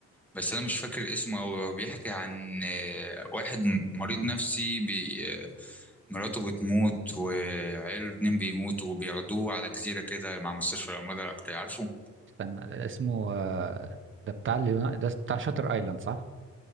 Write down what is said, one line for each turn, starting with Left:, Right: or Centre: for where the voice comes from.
Centre: بس انا مش فاكر اسمه أوي. هو بيحكي عن آه، واحد م- مريض نفسي بي آه، مراته بتموت وعيله الاتنين بيموتوا وبياخدوه على جزيرة كده مع مستشفى الأمراض العقلية عارفه
Right: استنى اسمه آه، ده بتاع اليونا- ده بتاع شاتر ايلاند صح؟